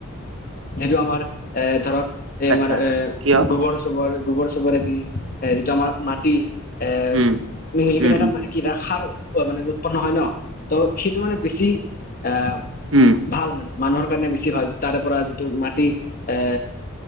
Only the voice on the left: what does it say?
যিটো আমাৰ এ ধৰক এই
আমাৰ এ
চবৰ গোবৰ চবৰেদি এ যিটো আমাৰ মাটি- এ
মেহিলিকনে
তাৰ
মানে কিনে সাৰ অ মানে উৎপন্ন হয় ন ত সেইটো মানে বেছি এ
ভাল মানে মানুহৰ কাৰণে বেছি ভাল তাৰে পৰা যিটো মাটি এ